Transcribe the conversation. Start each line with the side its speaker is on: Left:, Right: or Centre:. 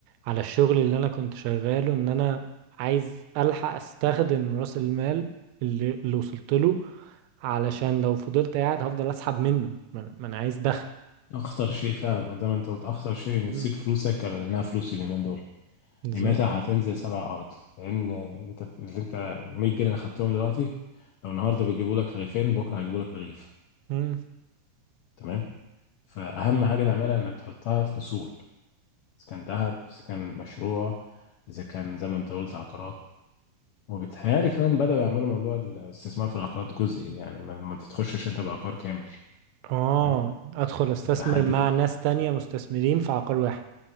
Right: على الشغل اللي انا كنت شغاله ان انا عايز الحق استخدم راس المال اللي اللي وصلت له علشان لو فضلت قاعد هفضل اسحب منه ما انا ما أنا عايز دخل
Left: أخطر شيء فعلا زي ما أنت قلت أخطر شيء إنك
Right: مم،
Left: تسيب فلوسك لأنها فلوس اليومين دول
Right: بالظبط
Left: قيمتها هتنزل سبع أرض لأن أنت اللي أنت 100 جنيه اللي خدتهم دلوقتي لو النهاردة بيجيبوا لك رغيفين بكرة هيجيبوا لك رغيف
Right: مم.
Left: تمام فأهم حاجة تعملها إنك تحطها في أصول إذا كان ذهب إذا كان مشروع إذا كان زي ما أنت قلت عقارات وبيتهيألي كمان بدأوا يعملوا موضوع الاستثمار في العقارات جزئي يعني ما ما تتخشش أنت بعقار كامل
Right: اه
Left: تمام
Right: ادخل استثمر
Left: يبقى حد
Right: مع ناس تانية مستثمرين في عقار واحد